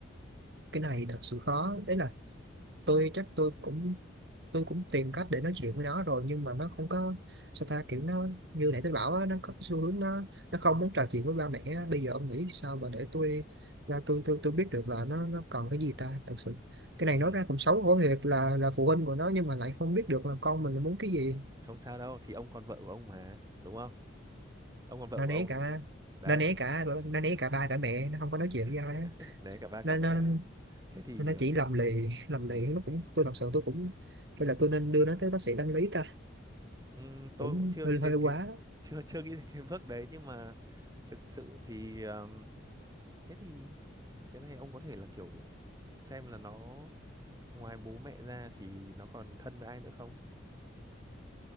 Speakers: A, on the right; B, on the right.
A: cái này thật sự khó đấy là tôi chắc tôi cũng tôi cũng tìm cách để nói chuyện với nó rồi nhưng mà nó không có sao ta kiểu nó như nãy tôi bảo á, nó có xu hướng nó nó không muốn trò chuyện với ba mẹ á. bây giờ ông nghĩ sao mà để tôi là tôi tôi tôi biết được là nó nó cần cái gì ta thật sự cái này
B: Ừ,
A: nói ra cũng xấu hổ thiệt là là phụ huynh của nó nhưng mà lại không biết được là con mình muốn cái gì
B: không sao đâu, thì ông còn vợ của ông mà, đúng không? Ông còn vợ
A: nó
B: của
A: né
B: ông
A: cả
B: thì đấy.
A: nó né cả nó né cả ba cả mẹ nó không có nói chuyện
B: <laughs>
A: với ai á.
B: Đấy cả ba
A: nó
B: cả mẹ
A: nó
B: à. Thế thì
A: nó
B: ừm,
A: chỉ lầm lì lầm
B: ừm,
A: lì nó cũng tôi thật sự tôi cũng hay là tôi nên đưa nó tới bác sĩ tâm lý ta
B: ừm, tôi
A: cũng
B: cũng chưa
A: hơi
B: nghĩ đến
A: hơi quá
B: cái <laughs> chưa chưa nghĩ đến cái bước đấy nhưng mà thực sự thì ừm, thế thì cái này ông có thể là kiểu xem là nó ngoài bố mẹ ra thì nó còn thân với ai nữa không?